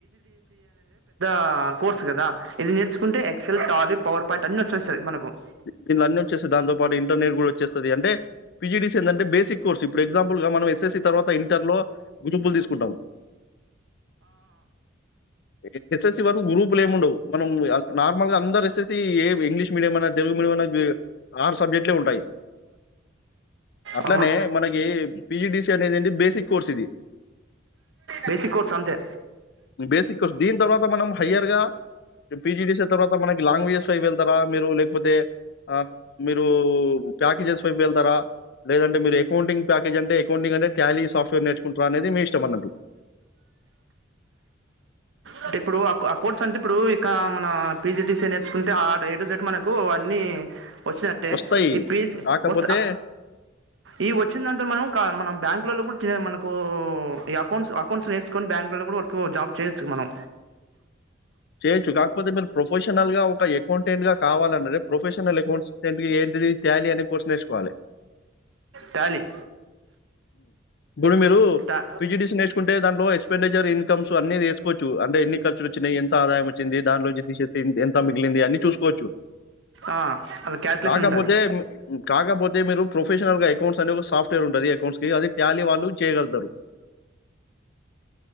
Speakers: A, on the right; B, on the left.
A: ఆ కోర్స్ కదా ఇది నేర్చుకుంటే ఎక్సెల్ టాలి పవర్ పాయింట్ అన్ని వచ్చేస్తయి మనకు ఆ
B: దీంట్లో అన్నీ వచ్చేస్తాయి. దాంతో పాటు ఇంటర్మీడియేట్ గూడా వచ్చేస్తది. అంటే పీజీడీసీఏ ఏందంటే బేసిక్ కోర్స్. ఇప్పుడు ఎగ్జాంపుల్‌గా మనం ఎస్ఎస్‌సీ తర్వాత ఇంటర్‌లో గ్రూపులు తీసుకుంటాము. ఎస్ఎస్‌సీ వరకు గ్రూపులు ఏమిముండవు మనం నార్మల్ గా అందరు వేసేసి ఏ ఇంగ్లీష్ మీడియం అనేది తెలుగు మీడియం ఆరు సబ్జెక్ట్లే ఉంటాయి అట్లానే
A: అవును
B: మనకి పిజిడిసి అనేది ఏ బేసిక్ కోర్స్ ఇది
A: బేసిక్ కోర్స్ అంతే
B: బేసిక్ కోర్స్ దీని తర్వాత మనం హయ్యర్ గా పిజిడిసిఎ తర్వాత మనకి లాంగ్వేజెస్ అయిపోయిన తర్వాత మీరు లేకపోతే టె ఆ మీరు ప్యాకేజెస్ పైపు వెళ్తారా లేదంటే మీరు అకౌంటింగ్ ప్యాకేజ్ అంటే అకౌంటింగ్ అంటే ట్యాలీ సాఫ్ట్వేర్ నేర్చుకుంటరా అనేది మీ ఇష్టం అన్నట్టు
A: అంటే ఇప్పుడు ఆ ఆ కోర్స్ అంటే ఇప్పుడు ఇక మన పీజీడిసీ నేర్చుకుంటే ఆ డే టు డేట్ మనకు అన్ని వచ్చినట్టే
B: వస్తాయి.
A: ఈ ప్లీజ్
B: కాకపోతే
A: వ ఈ వచ్చిన దాంతర మనం మనం బ్యాంక్ మనకు ఈ అకౌంట్స్ అకౌంట్స్ నేర్చుకొని బ్యాంలలో కూడా వకు జాబ్ చేయొచ్చు మనం
B: చేయొచ్చు కాకపోతే మీరు ప్రొఫెషనల్ గా ఒక అకౌంటెంట్ గా కావాలన్నే ప్రొఫెషనల్ అకౌంటెంట్ ఏంటిది తాలీ అనే కోర్స్ నేర్చుకోవాలి
A: టాలీ
B: ఇప్పుడు మీరు
A: టా
B: పిజిటి నేర్చుకుంటే దాంట్లో ఎక్స్పెండి ఇన్కమ్స్ అన్ని తీసుకోవచ్చు అంటే ఎన్ని ఖర్చులు వచ్చాయి ఎ ఎంత ఆదాయం వచ్చింది దాంట్లోంచి తీసే ఎంత మిగిలింది అని చూసుకోవచ్చు
A: ఆ అలా క్యాల్కులేషన్
B: కాకపోతే
A: ఉంటది
B: కాకపోతే మీరు ప్రొఫెషనల్ గా అకౌంట్స్ అనే ఒక సాఫ్ట్వేర్ ఉంటుంది అకౌంట్స్ కి అది తాలీ వాళ్ళు చేయగలుగుతారు